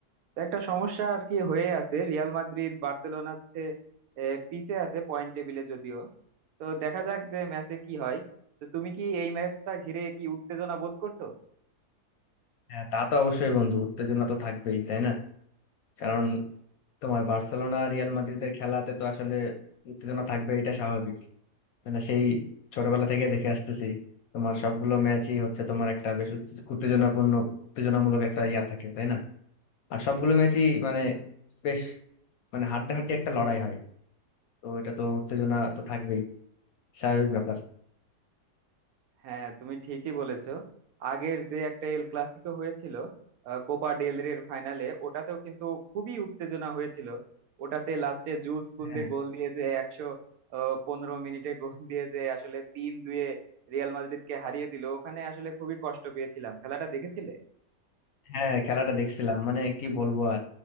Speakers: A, on the right; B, on the left.
A: তো একটা সমস্যা আর কি হয়ে আছে রিয়াল মাদ্রিদ বার্সেলোনার চেয়ে আহ, পিছে আছে পয়েন্ট টেবিলে যদিও তো দেখা যাক যে ম্যাচে কি হয় তো তুমি কি এই ম্যাচটা ঘিরে কি উত্তেজনা বোধ করছো
B: হ্যাঁ তা তো অবশ্যই বন্ধু উত্তেজনা তো থাকবেই তাই না কারণ তোমার বার্সেলোনা রিয়াল মাদ্রিদের খেলাতে তো আসলে উত্তেজনা থাকবে এটা স্বাভাবিক মানে সেই ছোটবেলা থেকে দেখে আসতেছি তোমার সবগুলো ম্যাচই হচ্ছে তোমার একটা বেশ উত্তে- উত্তেজনাপূর্ণ উত্তেজনামূলক একটা ইয়া থাকে তাই না আর সবগুলো ম্যাচই মানে বেশ মানে হাড্ডাহাড্ডি একটা লড়াই হয় তো এটা তো উত্তেজনা তো থাকবেই স্বাভাবিক ব্যাপার
A: হ্যাঁ তুমি ঠিকই বলেছো আগের যে একটা এল ক্লাসিকো হয়েছিল কোপা ডেল রের ফাইনালে ওটাতেও কিন্তু খুবই উত্তেজনা হয়েছিল ওটাতে লাস্টে জুস কুন্দে
B: হ্যাঁ
A: গোল দিয়ে যে একশো আহ, পনেরো মিনিটে গোল দিয়ে যে আসলে তিন দুয়ে রিয়াল মাদ্রিদকে হারিয়ে দিল ওখানে আসলে খুবই কষ্ট পেয়েছিলাম খেলাটা দেখেছিলে
B: হ্যাঁ খেলাটা দেখছিলাম মানে কি বলবো আর